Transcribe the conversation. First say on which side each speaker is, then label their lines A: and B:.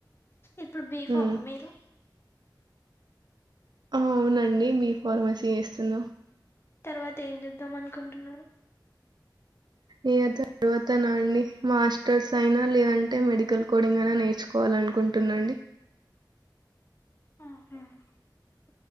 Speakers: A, on the left; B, on the right.
A: ఇప్పుడు బీఫామా
B: హ్మ్.
A: మీరు
B: అవునండి బి ఫార్మసీ వేస్తున్నా
A: తర్వాత ఏం చేద్దాం అనుకుంటున్నారు
B: ఇగా తర్వాత నా అండి మాస్టర్స్ అయినా లేదంటే మెడికల్ కోడింగ్ అయినా నేర్చుకోవాలనుకున్ కుంటున్నాండి
A: ఆహు